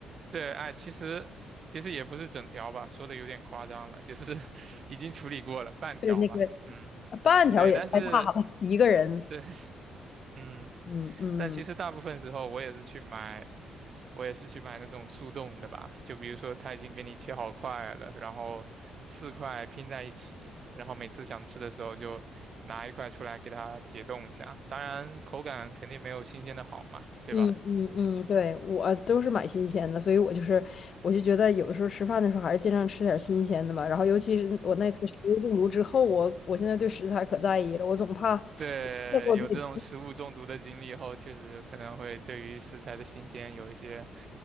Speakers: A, on the right; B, on the left.
A: 对，哎，其实其实也不是整条吧，说的有点夸张了，就是 <laughs> 已经处理过了半条吧，
B: 对，那个
A: 嗯，
B: 半条也太大了，
A: 对，但是
B: 一个人。
A: 对，嗯，
B: 嗯嗯
A: 但其实大部分时候我也是去买，我也是去买那种速冻的吧，就比如说他已经给你切好块了，然后四块拼在一起，然后每次想吃的时候就拿一块出来给它解冻一下，当然口感肯定没有新鲜的好嘛，对吧？
B: 嗯嗯嗯，对，我都是买新鲜的，所以我就是我就觉得有的时候吃饭的时候还是尽量吃点新鲜的吧。然后尤其是我那次食物中毒之后，我我现在对食材可在意了，我总怕
A: 对，
B: 再给我自己
A: 有这种食物中毒的经历后，确实可能会对于食材的新鲜有一些